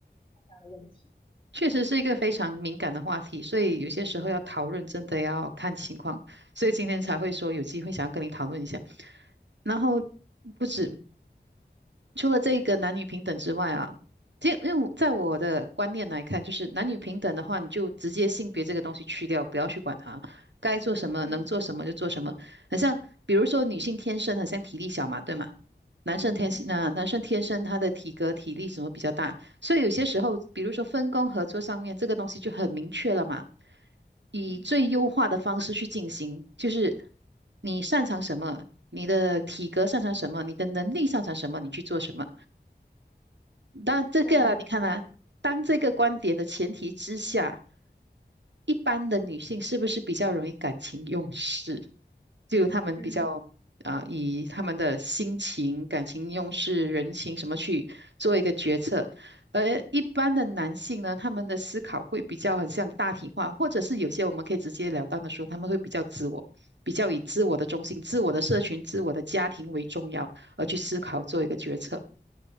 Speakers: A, on the left; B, on the right.
A: 这样的问题。
B: 确实是一个非常敏感的话题，所以有些时候要讨论，真的要看情况，所以今天才会说有机会想要跟你讨论一下。然后不止，除了这个男女平等之外啊，其实因为在我的观念来看，就是男女平等的话，你就直接性别这个东西去掉，不要去管它，该做什么能做什么就做什么。
A: 嗯
B: 很像，比如说女性天生很像体力小嘛，对吗？男生天性那男生天生他的体格体力什么比较大，
A: 嗯
B: 所以有些时候，比如说分工合作上面，这个东西就很明确了嘛，以最优化的方式去进行，
A: 嗯，
B: 就是你擅长什么，你的体格擅长什么，你的能力擅长什么，你去做什么。那这个啊你看啊，
A: 对。
B: 当这个观点的前提之下，一般的女性是不是比较容易感情用事？就她们比较
A: 嗯
B: 啊、以她们的心情、感情用事、人情什么去做一个决策，而一般的男性呢，他们的思考会比较很像大体化，或者是有些我们可以直截了当的说，他们会比较自我，比较以自我的中心、自我的社群、自我的家庭为重要而去思考做一个决策。